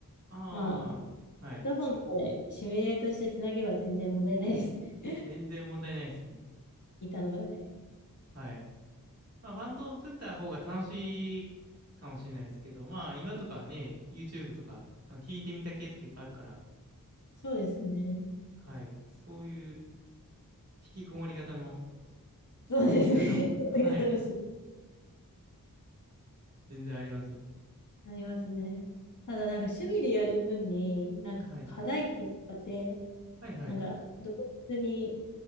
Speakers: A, on the right; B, on the left.
A: ああ、
B: まあ、
A: はい。
B: ヘッドホンとかでシミュレートしてつなげば全然問題ないですね。
A: 全然問題ないですね。
B: 板の場で。
A: はい。まあ、バンドを組んだ方が楽しいかもしれないですけど、まあ、今とかね、YouTube とか、あの、弾いてみた系とかいっぱいあるから、
B: そうですね。
A: はい。そういう引きこもり型の
B: そうですね。
A: 遊び方も、
B: <laughs>
A: はい。
B: ありがとうございますね
A: 全然ありますよ。
B: ありますね。ただなんか趣味でやる分に、なんか課題曲とかって、
A: はい。はいはい。
B: なんかどういうふうに